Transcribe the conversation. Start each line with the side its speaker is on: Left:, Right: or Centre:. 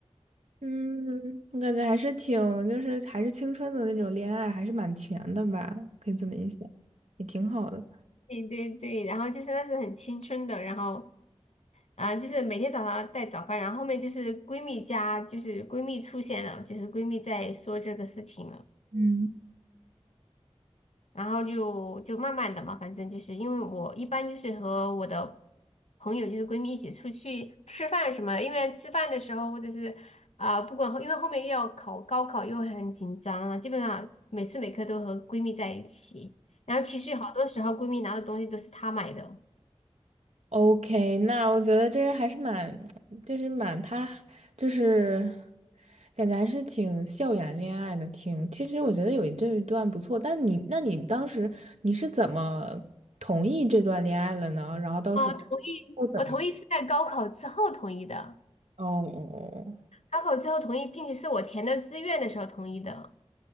Right: 嗯，我感觉还是挺，就是还是青春的那种恋爱，还是蛮甜的吧？可以这么一想，也挺好的。
Left: 对对对，然后就是那是很青春的，然后啊，就是每天早上带早饭，然后后面就是闺蜜家，就是闺蜜出现了，就是闺蜜在说这个事情了，
Right: 嗯。
Left: 然后就就慢慢的嘛，反正就是因为我一般就是和我的朋友就是闺蜜一起出去吃饭什么的，因为吃饭的时候或者是啊、不管后因为后面又要考高考又很紧张了，基本上每次每刻都和闺蜜在一起，然后其实好多时候闺蜜拿的东西都是她买的，
Right: OK，那我觉得这个还是蛮，就是蛮他，就是感觉还是挺校园恋爱的，挺。其实我觉得有一这一段不错，但你，那你当时你是怎么同意这段恋爱了呢？然后到时
Left: 哦，我同意，
Right: 候怎么？
Left: 我同意是在高考之后同意的。
Right: 哦哦哦，
Left: 高考之后同意，并且是我填的志愿的时候同意的，